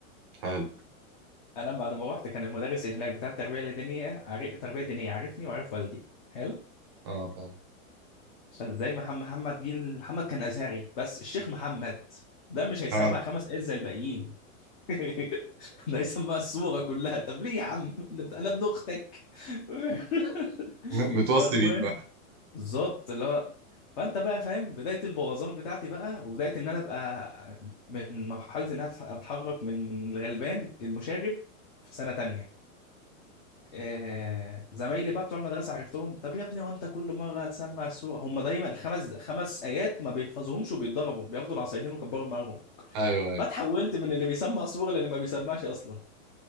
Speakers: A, on the right; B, on the left.
A: حلو
B: انا بعد ما رحت كان المدرس اللي هناك بتاع التربيه الدينيه عارف التربيه الدينيه عارفني وعارف والدي حلو
A: اه فعلا
B: زي محمد محمد جيل محمد كان ازهري بس الشيخ محمد ده مش هيسمع
A: اه
B: خمس آيات زي الباقيين <laughs> ده هيسمع السورة كلها طب ليه يا عم انا ابن اختك <laughs>
A: <laughs> متوصي
B: فالمهم
A: بيك بقى
B: بالظبط اللي هو فانت بقى فاهم بدايه البوظان بتاعتي بقى وبدايه ان انا ابقى من مرحله ان انا اتحرك من من الغلبان للمشاغب في سنه تانية آه، زمايلي بقى بتوع المدرسه عرفتهم طب يا ابني وانت كل مره هتسمع السوره هم دايما الخمس خمس ايات ما بيحفظوهمش وبيتضربوا بياخدوا العصايتين وكبروا دماغهم
A: أيوه أيوه
B: فاتحولت من اللي بيسمع سوره للي ما بيسمعش اصلا